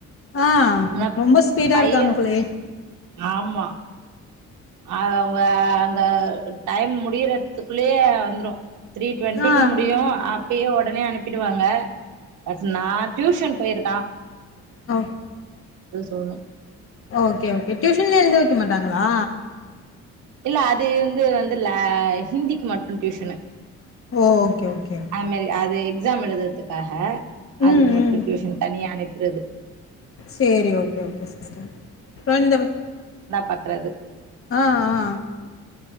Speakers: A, on the left; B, on the right.
A: ஆஹ்
B: ஆனா
A: ரொம்ப ஸ்பீடா
B: பைய
A: இருக்காங்க போலயே
B: ஆமா அது அவங்க அங்க டைம் முடியறதுக்குள்ளயே வந்துரு த்ரீ டுவெண்டிக்கு
A: ஆ
B: முடியு அப் அப்பயு ஒடனே அனுப்பிடுவாங்க பட் நா டியூஷன் பொயிருக் தா
A: ஓ
B: சொல்ணு
A: ஓகே ஓகே டியூஷலே எழுத வைக்க மாட்டாங்களா
B: இல்ல அது வந்து வந்து ல ஹிந்திக்கு மட் டியூஷனு
A: ஓ ஓகே ஓகே ஓகே
B: அந்மாரி அது எக்ஸாம் எழுதருதுக்காக அதுக்கு
A: ம்
B: மட்டு
A: ம்
B: டியூஷன் தனியா அனுப் இந்த இது
A: சேரி ஓகே ஓகே சிஸ்டர் இப்போ இந்த
B: பற்றது
A: ஆ ஆ